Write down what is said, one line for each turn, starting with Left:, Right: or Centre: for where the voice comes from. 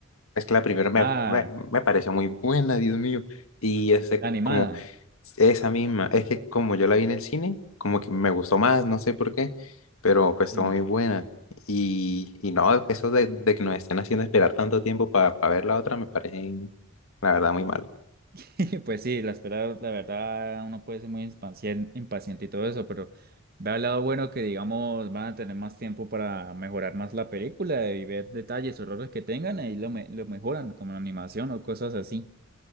Left: Es que la primera me,
Right: Ah,
Left: me, me pareció muy buena, Dios mío. Y ese,
Right: la animada.
Left: como, esa misma, es que como yo la vi en el cine, como que me gustó más, no sé por qué, pero pues está
Right: Sí.
Left: muy buena. Y, y no, eso de, de que nos estén haciendo esperar tanto tiempo para ver la otra me parece, la verdad, muy mal.
Right: <laughs> Pues sí, la espera, la verdad, uno puede ser muy impacien- impaciente y todo eso, pero ve al lado bueno que, digamos, van a tener más tiempo para mejorar más la película y ver detalles o errores que tengan, ahí lo, me- lo mejoran, como la animación o cosas así.